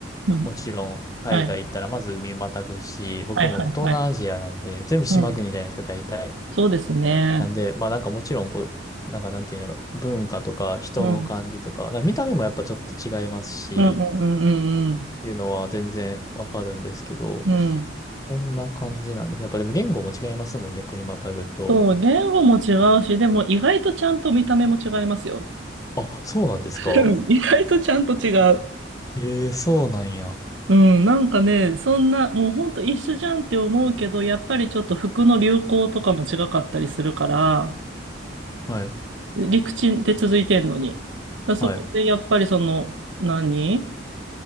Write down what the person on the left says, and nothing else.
もちろん海外行ったらまず海またぐし、
僕も東南アジアなんで、
全部島国じゃないですか、
大体。
なんで、まあなんかもちろんこう、なんかなんていうんだろう、文化とか人の感じとか、
なんか見た目もやっぱちょっと違いますし、
っていうのは全然わかるんですけど、
こんな感じなんですね。やっぱでも言語も違いますもんね、国またぐと。
あ、そうなんですか
ええそうなんや。
はい、
はい、